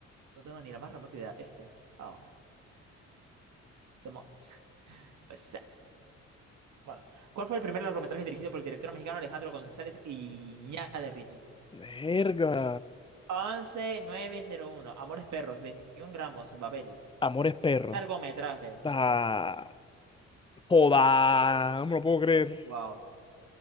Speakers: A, on the right; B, on the left.
A: No tengo ni la más remota idea. Este. Oh, demonios. Pues, sí. bueno, ¿cuál fue el primer largometraje dirigido por el director mexicano Alejandro González Iñárritu?
B: Verga.
A: once mil novecientos uno Amores Perros, veintiún gramos, Babel.
B: Amores perros.
A: Largometraje,
B: Da.
A: no sé.
B: Joda, no me lo puedo creer.
A: Wow,